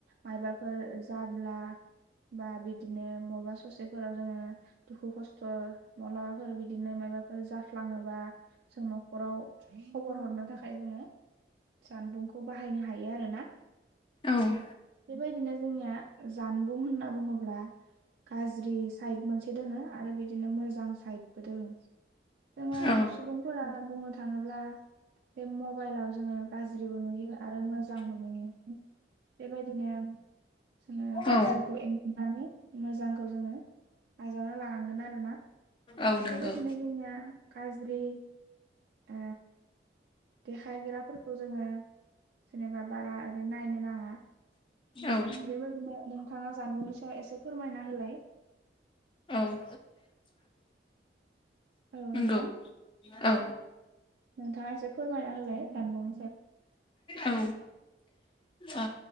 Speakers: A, on the right; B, on the left.
A: मायबाफोर जाब्ला बा बिदिनो मबबा ससेफोराव जोङो दुखु खस्थ' माब्लाबाफोर बिदि नो मायबाफोर जाफ्लाङोबा जों न'खराव खबर हरनो थाखाय जोङो जानबुंखौ बाहायनो हायो आरोना।
B: औ
A: बेबायदिनो जोंनिया जानबुं होनना बुङोब्ला गाज्रि साइद मोनसे दोङो आरो बिदिनो मोजां साइदबो दोङो जोङो
B: औ
A: सुबुंफोरा बुंनो थाङोब्ला बे म मबाइलाव जोङो गाज्रिबो नुयो आरो मोजांबो नुयो बेबायदिनो जोङो गाज्रिखौ
B: औ
A: एंगानानै मोजांखौ जोङो आजावना लानांगोन आरोना
B: औ नंगौ
A: बेबायदिनो जोंनिया गाज्रि ओ देखायग्राफोरखौ जोङो जेनेबा बारा ओरै नायनो नाङा।
B: औ
A: बेबायदिनो नोंथाङा जानबुंनि सो एसे फोरमायना होलाय
B: औ <inaudible>
A: औ
B: नंगौ
A: नोंथां
B: औ
A: नोंथाङा एसे फोरमायना होलाय जानबुं
B: औ औ